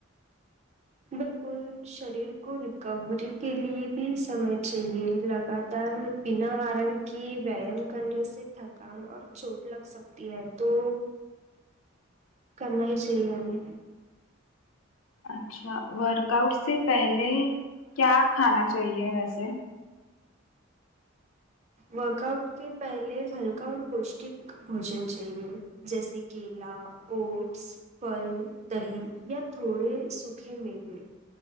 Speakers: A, on the right; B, on the left.
A: بالکل شریر کو ریکوری کے لیے بھی سمئے چاہیے لگاتار بنا آرام کے ویایام کرنے سے تھکان اور چوٹ لگ سک تی ہے تو کرنا ہی چاہیے ہمیں
B: اچھا ورک آؤٹ سے پہلے کیا کھانا چاہیے ویسے
A: ورک آؤٹ کے پہلے ہلکا اور پوشٹک بھوجن چاہیے جیسے کیلا اوٹس پھل دہی یا تھوڑے سوکھے میوے